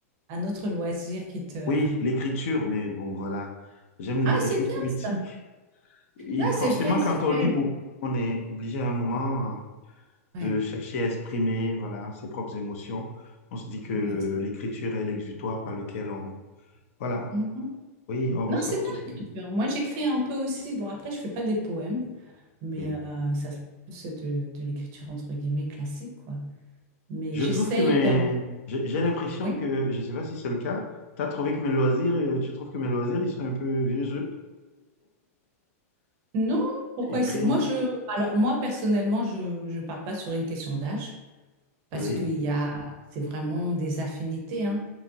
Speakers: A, on the right; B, on the left.
A: un autre loisir qui te...
B: Oui, l'écriture, mais bon, voilà. J'aime l'écriture
A: Ah, c'est bien
B: poétique.
A: ça.
B: Et
A: Ah,
B: forcément,
A: c'est vrai,
B: quand
A: c'est
B: on
A: vrai.
B: lit beaucoup, on est obligé à un moment euh,
A: Ouais.
B: de chercher à exprimer, voilà, ses propres émotions. On se dit que le-
A: Non, c'est
B: l'écriture est l'exutoire par lequel on, voilà,
A: Mhm.
B: Oui, on ressort
A: Non, c'est bien
B: tous.
A: l'écriture. Moi, j'écris un peu aussi. Bon, après, je fais pas des poèmes. Mais
B: Oui.
A: euh, ça se plus de, de l'écriture entre guillemets classique, quoi. Mais
B: Je
A: j'essaye.
B: trouve que mes...
A: euh,
B: J'ai j'ai l'impression
A: Oui?
B: que, je ne sais pas si c'est le cas, tu as trouvé que mes loisirs, euh, tu trouves que mes loisirs, ils sont un peu vieux jeu.
A: Non? Pourquoi
B: Écrire,
A: essayer Moi, je, alors, moi, personnellement, je ne pars pas sur une question d'âge parce
B: oui,
A: qu'il y a, c'est vraiment des affinités, hein.